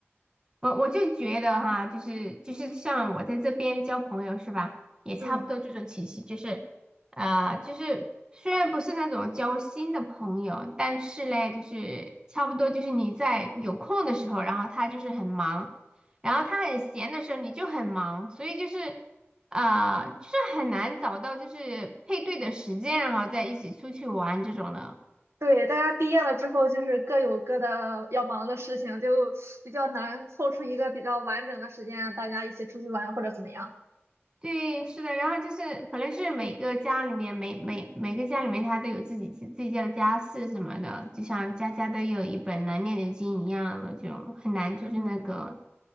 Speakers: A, on the right; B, on the right.
A: 我我就觉得哈，就是就是像我在这边交朋友是吧，也差不多这种体系，
B: 嗯，
A: 就是啊，就是虽然不是那种交心的朋友，但是嘞，就是差不多就是你在有空的时候，然后他就是很忙，然后他很闲的时候你就很忙，所以就是呃，就是很难找到就是配对的时间，然后再一起出去玩这种的。
B: 对，大家毕业了之后，就是各有各的要忙的事情，就比较难凑出一个比较完整的时间，大家一起出去玩或者怎么样。
A: 对，是的，然后就是可能是每个家里面，每每每个家里面，他都有自己自自己家的家事什么的，就像家家都有一本难念的经一样的，就很难就是那个。
B: 嗯，